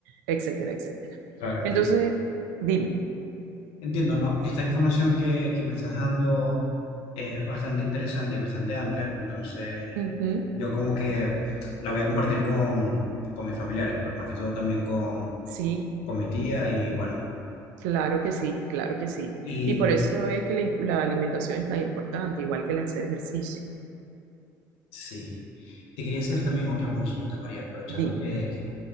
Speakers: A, on the right; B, on the left.
A: etcétera, etcétera.
B: claro, entiendo.
A: Entonces, dime.
B: Entiendo, no, esta información que, que me estás dando es bastante interesante y bastante amplia, entonces
A: Ujú,
B: yo como que la voy a compartir con, con mis familiares, pues más que todo también con,
A: Sí.
B: con mi tía y bueno,
A: Claro que sí, claro que sí.
B: y
A: Y por eso es que la, imp- la alimentación es tan importante, igual que el hacer ejercicio.
B: sí, te quería hacer también otra consulta, María, aprovechando
A: Di,
B: que,